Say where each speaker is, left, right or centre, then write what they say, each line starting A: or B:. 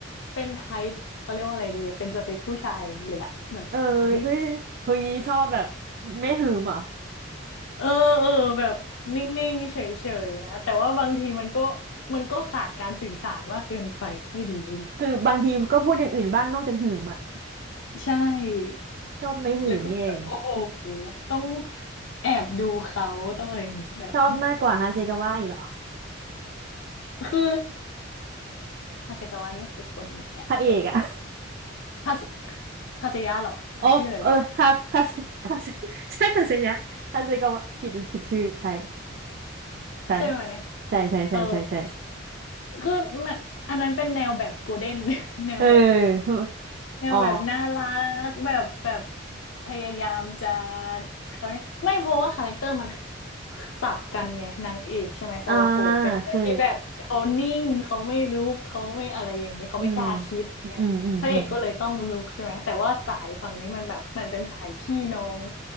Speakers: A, on the left; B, on the right.
A: เป็นไทป์เขาเรียกว่าอะไรดีเป็นสเปคผู้ชายเลยอะแบบเฮ้ย
B: เออเฮ้ยเฮ้ยชอบแบบไม่หืมเหรอ่ะ
A: เออเออแบบนิ่งๆเฉยๆนะแต่ว่าบางทีมันก็มันก็ขาดการสื่อสารว่ากเกินไปไม่ดีไม่ดี
B: คือบางทีก็พูดอย่างอื่นบ้างนอกจากหืมอ่ะ
A: ใช่
B: ชอบไม่หืมนี่เอง
A: แล้วก็แบบโอ้โหต้องแอบดูเขาต้องอะไรอย่างงี้แบบ
B: ชอบมากกว่าฮาเซกาวะอีกเหรอ
A: คือฮาเซกาวะนี่คือคนไหนอะคน
B: พระเอกอ่ะ
A: คาสคาิยะเหรอเอาชื่ออะไรวะ
B: <laughs> อ๋อเออฮาฮาเฮาเซใช่คาเซยะฮาเซกาวะผิดผิดชื่อใช่ใช่
A: ใช่ไหม
B: ใช่ใช่ใช่ใช่ใช่
A: เออคือมันอันนั้นเป็นแนวแบบโกลเด้น <laughs> แนวแบบ
B: เออ <laughs>
A: เนี่ยแบบน่ารักแบบแบบ
B: อ๋อ
A: พยายามจะเขาเรียกไม่เพราะว่าคาแรคเตอร์มันสับกันไงนางเอกใช่ไหมซาวาโกะเป็นคนที่แบบเขานิ่งเขาไม่ลุกเขาไม่อะไรอย่างเงี้ยเขาไม่กล้าคิดไงพระเอกก็เลยต้องลุกใช่ไหมแต่ว่าสายฝั่งนี้มันแบบมันเป็นสายพี่น้อง
B: อ่าคืออืมอืมอืมอืม